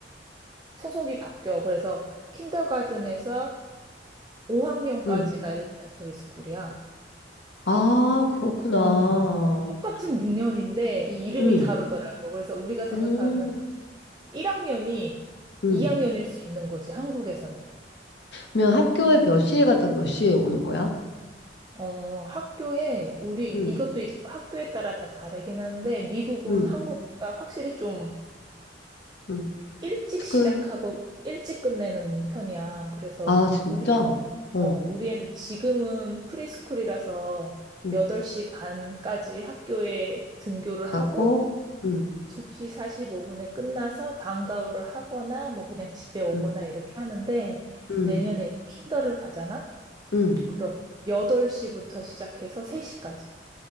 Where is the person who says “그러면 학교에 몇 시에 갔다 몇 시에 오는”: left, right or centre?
Left